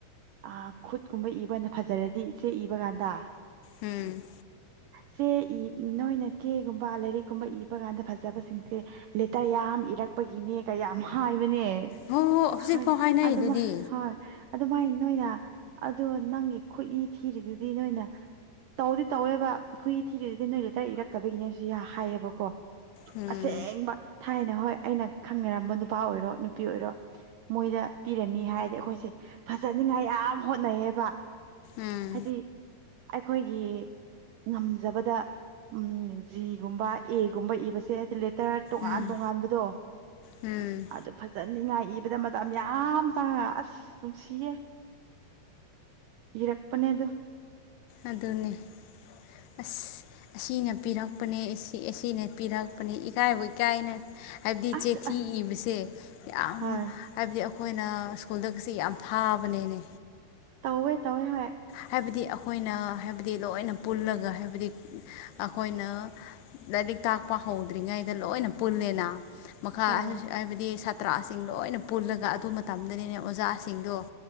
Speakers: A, on the right; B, on the left.
A: ꯑ ꯈꯨꯠꯀꯨꯝꯕ ꯏꯕꯥꯗ ꯐꯖꯔꯗꯤ ꯏꯆꯦ ꯏꯕꯀꯥꯟꯗ
B: ꯎꯝ
A: ꯆꯦ ꯏ ꯅꯣꯏꯅ ꯆꯦꯒꯨꯝꯕ ꯂꯥꯏꯔꯤꯛꯀꯨꯝꯕ ꯏꯕ ꯀꯥꯟꯗ ꯐꯖꯕꯁꯤꯡꯁꯦ ꯂꯦꯇꯔ ꯌꯥꯝ ꯏꯔꯛꯄꯒꯤꯅꯦꯒ ꯌꯥꯝ ꯍꯥꯏꯕꯅꯦ
B: ꯍꯣ ꯍꯣ ꯍꯧꯖꯤꯛꯐꯥꯎ
A: ꯍꯣꯏ
B: ꯍꯥꯏꯅꯩꯗꯨꯗꯤ
A: ꯑꯗꯨꯝ ꯍꯣꯏ ꯑꯗꯨꯃꯥꯏꯅ ꯅꯣꯏꯅ ꯑꯗꯨꯣ ꯅꯪꯒꯤ ꯈꯨꯠꯏ ꯊꯤꯔꯤꯗꯨꯗꯤ ꯅꯣꯏꯅ ꯇꯧꯗꯤ ꯇꯧꯋꯦꯕ ꯈꯨꯠꯏ ꯊꯤꯔꯤꯗꯨꯗꯤ ꯅꯣꯏ ꯂꯩꯇꯔ ꯏꯔꯛꯇꯕꯒꯤꯅꯦꯁꯤ ꯍꯥꯏꯌꯦꯕꯀꯣ
B: ꯎꯝ
A: ꯑꯁꯦꯡꯕ ꯊꯥꯏꯅ ꯍꯣꯏ ꯑꯩꯅ ꯈꯪꯅꯔꯝꯕ ꯅꯨꯄꯥ ꯑꯣꯏꯔꯣ ꯅꯨꯄꯤ ꯑꯣꯏꯔꯣ ꯃꯣꯏꯗ ꯄꯤꯔꯅꯤ ꯍꯥꯏꯔꯗꯤ ꯑꯩꯈꯣꯏꯁꯦ ꯐꯖꯅꯤꯉꯥꯏ ꯌꯥꯝ ꯍꯣꯠꯅꯩꯌꯦꯕ
B: ꯎꯝ
A: ꯍꯥꯏꯗꯤ ꯑꯩꯈꯣꯏꯒꯤ ꯉꯝꯖꯕꯗ ꯎꯝ ꯖꯤꯒꯨꯝꯕ ꯑꯦꯒꯨꯝꯕ ꯏꯕꯁꯦ ꯍꯥꯏꯗꯤ ꯂꯦꯇꯔ ꯇꯣꯉꯥꯟ
B: ꯎꯝ
A: ꯇꯣꯉꯥꯟꯕꯗꯣ
B: ꯎꯝ
A: ꯑꯗꯨ ꯐꯖꯅꯤꯡ ꯉꯥꯏ ꯏꯕꯗ ꯃꯇꯝ ꯌꯥꯝ ꯆꯪꯑꯥ ꯑꯁ ꯅꯨꯡꯁꯤꯌꯦ ꯏꯔꯛꯄꯅꯦ ꯑꯗꯨ
B: ꯑꯗꯨꯅꯦ ꯑꯁ ꯑꯁꯤꯅ ꯄꯤꯔꯛꯄꯅꯦ ꯑꯁꯤꯅ ꯄꯤꯔꯛꯄꯅꯦ ꯏꯀꯥꯏꯕꯨ ꯏꯀꯥꯏꯅ ꯍꯥꯏꯕꯗꯤ
A: ꯑꯁ
B: ꯆꯩꯊꯤ
A: ꯑꯁ
B: ꯏꯕꯁꯦ ꯌꯥꯝ
A: ꯍꯣꯏ
B: ꯍꯥꯏꯕꯗꯤ ꯑꯩꯈꯣꯏꯅ ꯁ꯭ꯀꯨꯜꯗꯒꯁꯤ ꯌꯥꯝ ꯐꯥꯕꯅꯦꯅꯦ
A: ꯇꯧꯋꯦ ꯇꯧꯋꯦ ꯍꯣꯏ
B: ꯍꯥꯏꯕꯗꯤ ꯑꯩꯈꯣꯏꯅ ꯍꯥꯏꯕꯗꯤ ꯂꯣꯏꯅ ꯄꯨꯜꯂꯒ ꯍꯥꯏꯕꯗꯤ ꯑꯩꯈꯣꯏꯅ ꯂꯥꯏꯔꯤꯛ ꯇꯥꯛꯄ ꯍꯧꯗ꯭ꯔꯤꯉꯩꯗ ꯂꯣꯏꯅ ꯄꯨꯜꯂꯦꯅ ꯃꯈꯥ
A: ꯍꯣꯏ
B: ꯍꯥꯏꯕꯗꯤ ꯄ ꯇ꯭ꯔꯥꯁꯤꯡ ꯂꯣꯏꯅ ꯄꯨꯜꯂꯒ ꯑꯗꯨ ꯃꯇꯝꯗꯅꯤꯅꯦ ꯑꯣꯖꯥꯁꯤꯡꯗꯣ